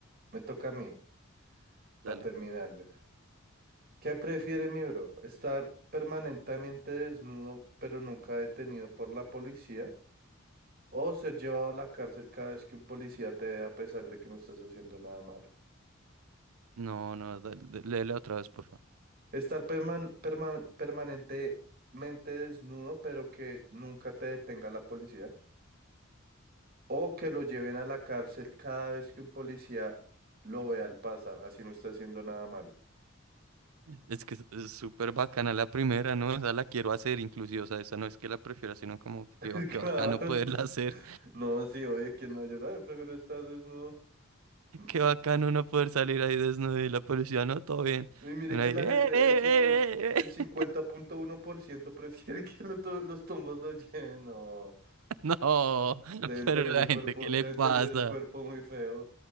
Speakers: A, on the right; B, on the right.
A: Me toca a mí, para
B: dale.
A: terminarles. ¿Qué prefiere mi bro? ¿Estar permanentemente desnudo, pero nunca detenido por la policía? ¿O ser llevado a la cárcel cada vez que un policía te ve a pesar de que no estás haciendo nada malo?
B: No, no, dale, de- léela otra vez, por favor.
A: Estar perman- perman- permanentemente desnudo, pero que nunca te detenga la policía. O que lo lleven a la cárcel cada vez que un policía lo vea al pasar, así no está haciendo nada malo.
B: Es que es es súper bacana la primera, ¿no? O sea, la quiero hacer inclusive, o sea, esa no es que la prefiera, sino como
A: <laughs>
B: que, que bacano
A: Claro.
B: poderla hacer.
A: No, sí, oye, que no, yo también prefiero estar desnudo. Mm,
B: Qué bacano uno poder salir ahí desnudo y la policía, no, todo bien.
A: Y mire
B: Y uno
A: que
B: ahí,
A: la
B: "Eh,
A: gente,
B: eh, eh,
A: el, ci- el, el cincuenta
B: eh".
A: punto uno por ciento prefiere <laughs> que lo to- los tombos lo lleven. No,
B: <laughs> No,
A: deben
B: pero
A: tener
B: la
A: el cuerpo,
B: gente, ¿qué le
A: deben
B: pasa?
A: tener el cuerpo muy feo.